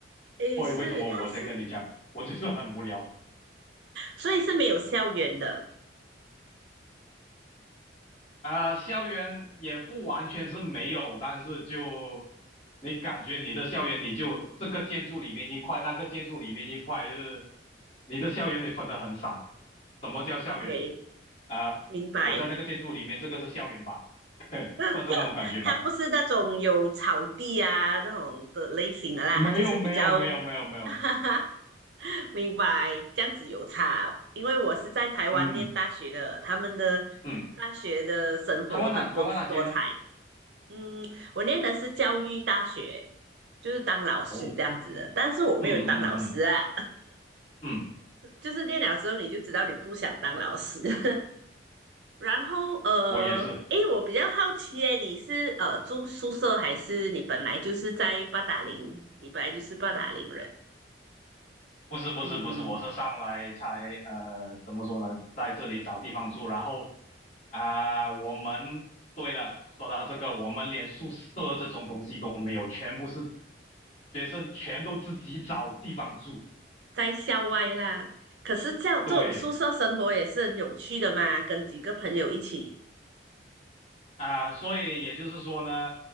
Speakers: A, on the right (about 70°); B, on the left (about 40°).
A: 诶，
B: 所以为什么我先跟你讲，
A: 是，它是，
B: 我就是很无聊。
A: 所以是没有校园的。
B: 呃，校园也不完全是没有，但是就你感觉你的校园，你就这个建筑里面一块，那个建筑里面一块，就是你的校园得分得很散。什么叫校园？
A: OK，
B: 啊、
A: 明白。
B: 我在那个建筑里面，这个是校园吧？<laughs>
A: <laughs>
B: 算是那种感觉吧。
A: 它不是那种有草地啊那种的类型的啦，
B: 没有，
A: 它就是比较，
B: 没有，没有，没有，
A: <laughs>
B: 没有。
A: 哈哈，明白，这样子有差哦。因为我是在台湾念大学的，
B: 嗯
A: 他们的大学的生活很多姿多彩。
B: 嗯，台湾那台湾哪街呢？
A: 嗯，我念的是教育大学，就是当老师这样子的，
B: 哦，
A: 但是我没有当老师啊，
B: 嗯嗯嗯嗯嗯，
A: 就是念了之后你就知道你不想当老师。<laughs> 然后呃，
B: 我也是。
A: 诶，我比较好奇诶，你是呃住宿舍还是你本来就是在八达岭？你本来就是八达岭人，
B: 不是不是不是，
A: 嗯，
B: 我是上来才呃，怎么说呢，在这里找地方住，然后啊、我们对了，说到这个，我们连宿舍这种东西都没有，全部是学生全都自己找地方住，
A: 在校外啦。可是这样这种宿舍生活也是很有趣的嘛，
B: 对
A: 跟几个朋友一起。
B: 啊、所以也就是说呢，